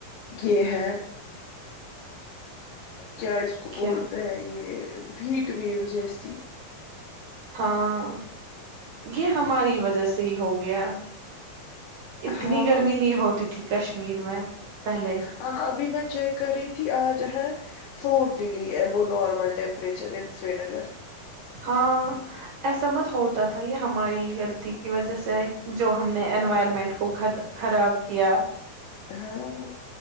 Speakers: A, on the left; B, on the right.
A: یہ ہے کیا اس کو بولتے
B: کیا
A: ہیں یہ ہیٹ ویو جیسی
B: ہاں یہ ہماری وجہ سے ہی ہو گیا اتنی
A: ہاں
B: گرمی نہیں ہوتی تھی کشمیر میں پہلے
A: ہاں ابھی میں چیک کر رہی تھی آج ہے فور ڈگری ابو normal temperature in Srinagar
B: ہاں ایسا مت ہوتا تھا یہ ہماری غلطی کی وجہ سے جو ہم نے انوائرمنٹ کو خراب کیا
A: ہاں